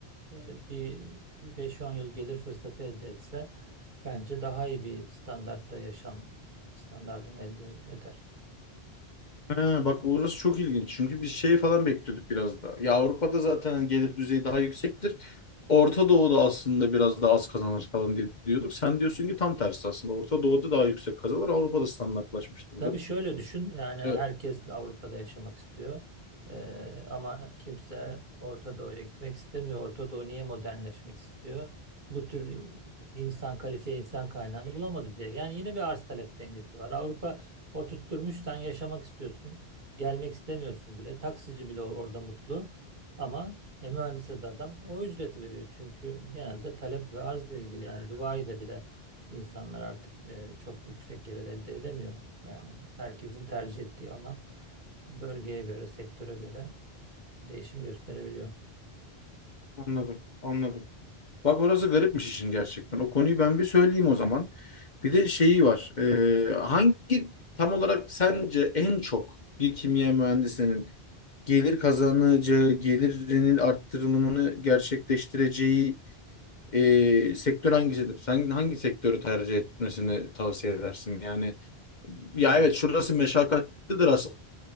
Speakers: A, on the right (about 50°); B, on the left (about 45°).
A: e, bir bir 5-10 yıl gelir fırsatı elde etse bence daha iyi bir standartta yaşam standartını elde eder.
B: Ha, bak orası çok ilginç. Çünkü biz şey falan bekliyorduk biraz daha. Ya Avrupa'da zaten hani gelir düzeyi daha yüksektir. Orta Doğu'da aslında biraz daha az kazanır falan diye diyorduk. Sen diyorsun ki tam tersi aslında. Orta Doğu'da daha yüksek kazanır. Avrupa'da standartlaşmıştır
A: Tabii
B: durum.
A: şöyle düşün yani herkes
B: Evet,
A: Avrupa'da yaşamak istiyor Ee, ama kimse Orta Doğu'ya gitmek istemiyor. Orta Doğu niye modernleşmek istiyor? Bu tür insan kalifiye insan kaynağını bulamadı diye. Yani yine bir arz talep dengesi var. Avrupa o tutturmuş sen yaşamak istiyorsun. Gelmek istemiyorsun bile. Taksici bile orada mutlu ama e, mühendise de adam o ücreti veriyor. Çünkü genelde talep ve arzla ilgili yani Dubai'de bile İnsanlar artık e, çok yüksek gelir elde edemiyor. Yani herkesin tercih ettiği alan bölgeye göre, sektöre göre değişim gösterebiliyor.
B: anladım, anladım. Bak orası garipmiş işin gerçekten. O konuyu ben bir söyleyeyim o zaman. Bir de şeyi var. Ee, hangi tam olarak sence en çok bir kimya mühendisinin gelir kazanacağı, gelirinin arttırılımını gerçekleştireceği e, sektör hangisidir? Sen hangi sektörü tercih etmesini tavsiye edersin? Yani ya
A: Ya
B: evet şurası meşakkatlidir aslında